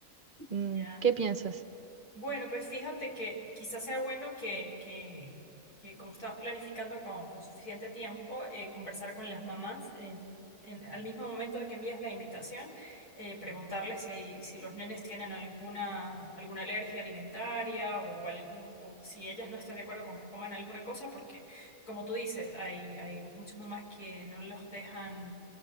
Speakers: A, on the right; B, on the left.
A: Mm,
B: ya.
A: ¿Qué piensas?
B: Bueno, pues fíjate que quizás sea bueno que, que, que como estabas planificando con, con suficiente tiempo, eh, conversar con las mamás en, en- al mismo momento de que envías la invitación, eh, preguntarles si, hay- si los nenes tienen alguna, alguna alergia alimentaria o, algún, o si ellas no están de acuerdo con que coman alguna cosa, porque como tú dices, hay, hay muchas mamás que no los dejan